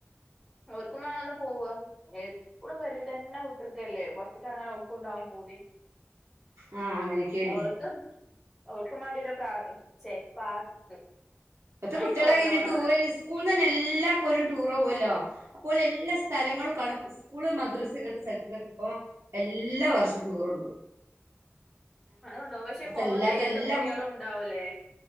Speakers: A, in the centre; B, on the right (about 85°).
A: ഓൽക്കും വാണോലോ പോവാ എപ്പളും പെരീതന്നെ കുത്തിര്ക്കല്ലേ പൊർത്തെർങ്ങാന് ഓൽക്കൂണ്ടാവും പൂതി
B: ആ അങ്ങനെയൊക്കെയാണ്
A: ആഹ് ഓൽക്കും ഓൾക്കും വാണ്ട്യേരും പ്രാ ച്ചെ പാർക്ക്
B: ഇപ്പത്തെ കുട്ട്യാളെങ്ങനെ
A: അയിക്ക് കൊണ്ടോണം
B: ടൂറൈന്
A: ഓലെ
B: സ്കൂൾനെന്നെ എല്ലാ കൊല്ലോം ടൂറോവല്ലോ അപ്പോലെല്ലാ സ്ഥലങ്ങളും കാണും സ്കൂള്, മദ്രസ് ങ്ങൻത്തെ സ്ഥലത്ത്നൊക്കെ അപ്പൊ എല്ലാ വർഷോം ടൂറൊണ്ടോവും.
A: അത് കൊണ്ടോവും പക്ഷെ പോവാൻ
B: അല്ലാത്ത
A: കഴിയാത്ത
B: എല്ലാ
A: കുട്ട്യാളുണ്ടാവൂലേ